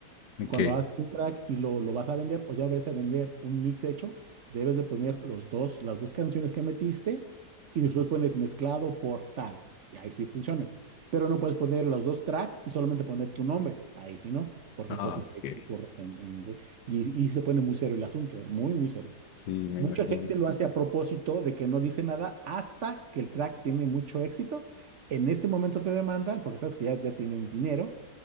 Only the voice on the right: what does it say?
cuando haces un track y lo, lo vas a vender o ya vas a vender un mix hecho, debes de poner los dos, las dos canciones que metiste y después pones mezclado por tal. Y ahí sí funciona. Pero no puedes poner los dos tracks y solamente poner tu nombre. Ahí sí no, porque
entonces
ahí sí corres en, en- y, y se pone muy serio el asunto, eh, Muy, muy serio.
Mucha
gente lo hace a propósito de que no dice nada hasta que el track tiene mucho éxito. En ese momento te demandan, porque sabes que ya, ya tienen dinero,